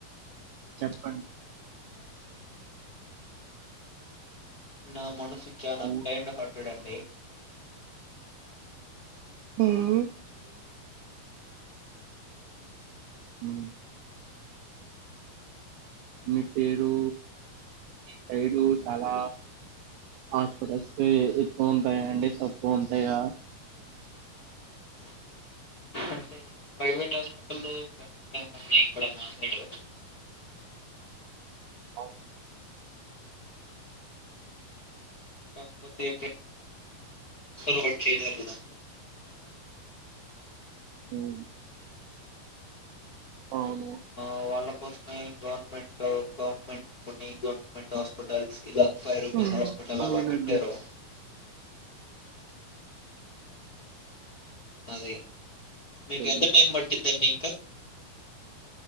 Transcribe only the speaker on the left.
నా మనస్సు చానా
కైండ్ హార్ట్ చూడండి
అంటే ప్రైవేట్ హాస్పిటల్ చాల బ ఉన్నాయి ఇక్కడ మా సైడ్
కాకపోతేక్క రడ్ చేయారు కదా
ఆ వాళ్ళ కోసమే గవర్నమెంట్ గవర్నమెంట్ కొని గవర్నమెంట్ హాస్పిటల్స్ ఇలా ఫైవ్ రూపీస్
హాస్పిటల్
అలా పెట్టారు అది మీకు
ఎంత టైం పట్టిది అండి